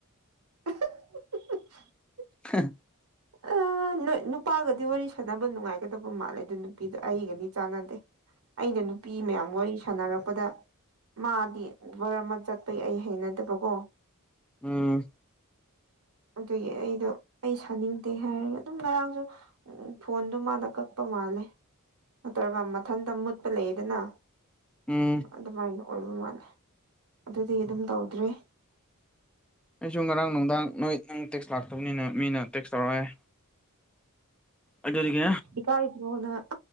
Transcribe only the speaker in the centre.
<inaudible> <unintelligible>
ꯑꯥ
ꯎꯝ
ꯑꯩꯁꯨ ꯉꯔꯥꯡ ꯅꯨꯡꯗꯥꯡ ꯅꯣꯏ ꯅꯪ ꯇꯦꯛꯁ ꯂꯥꯛꯇꯕꯅꯤꯅ ꯃꯤꯅ ꯇꯦꯛꯁ ꯇꯧꯔꯛꯑꯦ ꯑꯗꯨꯗꯒꯤ